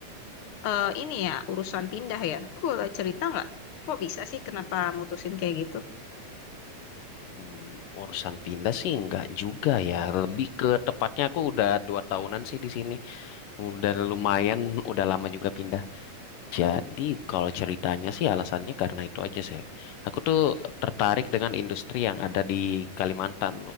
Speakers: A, on the left; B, on the left.
A: eh, ini ya urusan pindah ya. Lu boleh cerita nggak? Kok bisa sih kenapa mutusin kayak gitu?
B: Hmm, urusan pindah sih nggak juga ya, lebih ke tepatnya aku udah dua tahunan sih di sini. Udah lumayan, udah lama juga pindah. Jadi kalau ceritanya sih alasannya karena itu aja sih. Aku tuh tertarik dengan industri yang ada di Kalimantan,